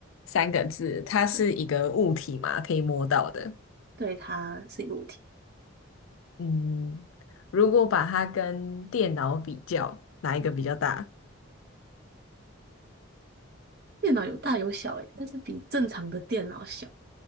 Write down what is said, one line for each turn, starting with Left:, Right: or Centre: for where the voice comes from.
Left: 三个字。它是一个物体嘛，
Right: 对，
Left: 可以摸到的。
Right: 对，它是一个物体。
Left: 嗯，如果把它跟电脑比较，哪一个比较大？
Right: 电脑有大有小，诶，但是比正常的电脑小。